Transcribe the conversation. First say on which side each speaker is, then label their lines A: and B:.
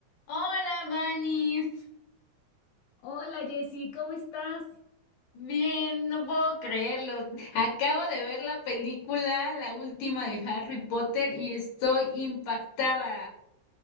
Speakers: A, on the left; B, on the left.
A: Hola, Vanis.
B: Hola Jessy, ¿cómo estás?
A: Bien, no puedo creerlo. Acabo de ver la película, la última de Harry Potter, y estoy impactada.